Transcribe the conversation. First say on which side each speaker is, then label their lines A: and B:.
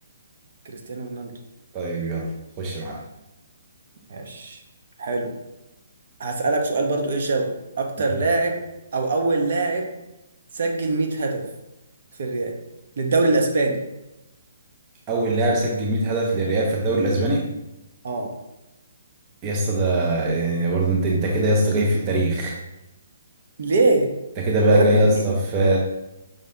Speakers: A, on the right (about 55°); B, on the right (about 20°).
A: كريستيانو رونالدو
B: طيب يلا خش يا معلم
A: ماشي حلو هسألك سؤال برضو إيه شبهه أكتر
B: مم.
A: لاعب أو أول لاعب سجل 100 هدف في الريال للدوري الاسباني
B: اول لاعب سجل 100 هدف للريال في الدوري الاسباني
A: اه
B: يا اسطى ده يعني ده برضه انت انت كده يا اسطى جاي في التاريخ
A: ليه
B: انت كده بقى
A: قول
B: جاي
A: لي
B: يا اسطى
A: ليه؟
B: في